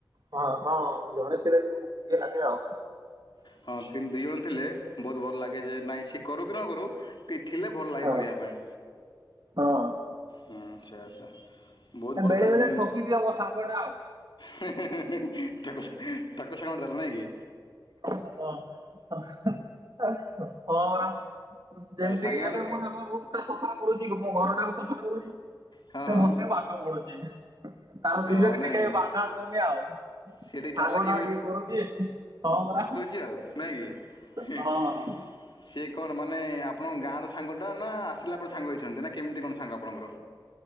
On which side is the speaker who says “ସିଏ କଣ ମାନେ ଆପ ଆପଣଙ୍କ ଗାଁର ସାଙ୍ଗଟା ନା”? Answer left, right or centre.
Left